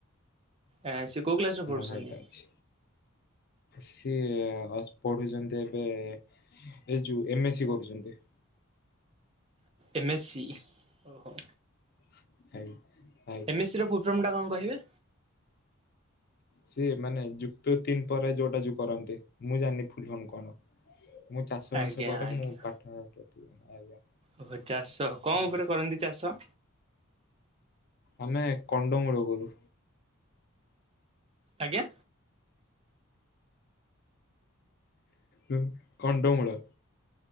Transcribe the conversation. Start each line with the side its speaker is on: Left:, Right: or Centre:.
Right: ଆଁ ସେ କୋଉ କ୍ଲାସ ରେ ପଢୁଛନ୍ତି?
Left: ଭାଇଟେ ଅଛି। ସିଏ ପଢୁଛନ୍ତି ଏବେ ଏ ଯୋଉ ଏମ ଏ ସି କରୁଛନ୍ତି।
Right: ଏମଏସ୍ ସି ଓହୋ।
Left: <unintelligible>
Right: ଏମ ଏସ ସି ର ଫୁଡ଼ ଫର୍ମଟା କଣ କହିବେ?
Left: ସିଏ ମାନେ ଯୁକ୍ତ ତିନ ପରେ ଯୋଉଟା ଯୋଉ କରନ୍ତି। ମୁଁ ଜାଣିନି ଫୁଲଫର୍ମ କଣ? ମୁଁ ଚାଷ
Right: ଆଜ୍ଞା
Left: ବାସ କରେ
Right: ଆଜ୍ଞା।
Left: ମୁଁ ପାଠ ପ୍ରତିଦିନ ଆଜ୍ଞା
Right: ଓହୋ, ଚାଷ କଣ
Left: ହଁ
Right: ଉପରେ କରନ୍ତି ଚାଷ?
Left: ଆମେ କଣ୍ଡମୂଳ କରୁ।
Right: ଆଜ୍ଞା।
Left: ହୁଁ, କଣ୍ଡମୂଳ।